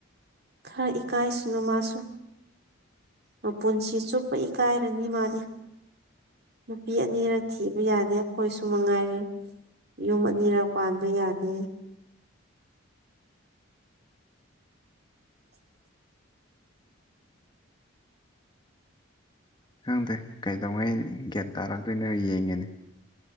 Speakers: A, on the right; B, on the left.
A: ꯈꯔ ꯏꯀꯥꯏ ꯁꯅꯨ ꯃꯥꯁꯨ ꯃꯄꯨꯟꯁꯤ ꯆꯨꯞꯄ ꯏꯀꯥꯏꯔꯅꯤ ꯃꯥꯗꯤ ꯅꯨꯄꯤ ꯑꯅꯤꯔꯛ ꯊꯤꯕ ꯌꯥꯗꯦ ꯑꯩꯈꯣꯏꯁꯨ ꯃꯉꯥꯏꯔꯦ ꯌꯨꯝ ꯑꯅꯤꯔꯛ ꯄꯥꯟꯕ ꯌꯥꯗꯦ
B: ꯈꯪꯗꯦ ꯀꯩꯗꯧꯉꯩ ꯒ꯭ꯌꯥꯟ ꯇꯥꯔꯛꯇꯣꯏꯅꯣ ꯌꯦꯡꯉꯤꯅꯦ